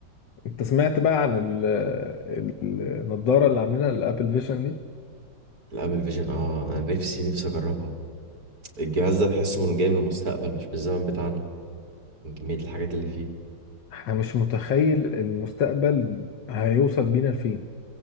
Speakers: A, on the left; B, on the right.
A: انت سمعت بقى عن ال- ال- النضاره اللي عاملينها الابل فيجن دي
B: الابل فيجن اه انا نفسي نفسي اجربها الجهاز ده تحسه من جاي من المستقبل مش من الزمن بتاعنا من كمية الحاجات اللي فيه
A: احنا مش متخيل المستقبل هيوصل بينا لفين